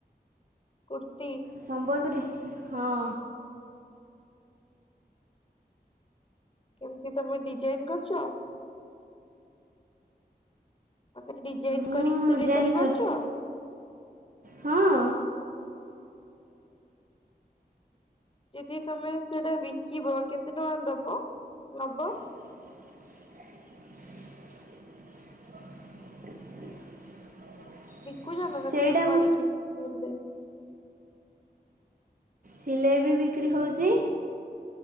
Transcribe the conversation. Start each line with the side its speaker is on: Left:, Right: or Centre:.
Left: କୁର୍ତି।
Right: ସମ୍ବଲପୁରି ହଁ।
Left: କେମିତି ତମେ ଡିଜାଇନ କରୁଛ। ତମେ ଡିଜାଇନ
Right: ମୁଁ
Left: କରିକି ସିଲେଇ
Right: ଡିଜାଇନ୍
Left: କରିପାରୁଛ।
Right: କରିଛି ହଁ।
Left: ଯଦି ତମେ ସେଟା ବିକିବ କେତେ ଟଙ୍କା ଦବ ନବ।
Right: <unintelligible>
Left: ବିକୁଛନା ତମେ
Right: ସେଇଟା
Left: କରିକି
Right: ମୁଁ
Left: ସିଲେଇ।
Right: ସିଲେଇ ବି ବିକ୍ରି ହଉଛି।